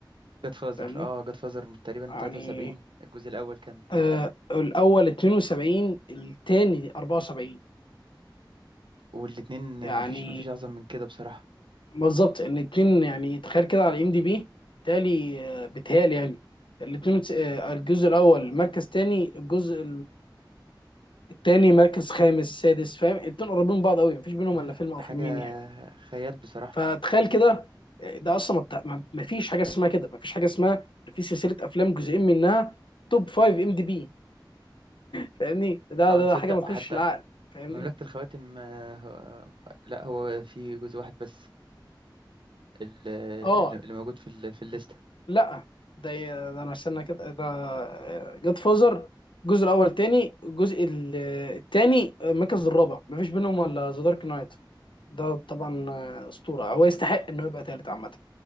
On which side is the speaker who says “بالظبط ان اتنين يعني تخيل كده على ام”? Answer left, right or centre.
Left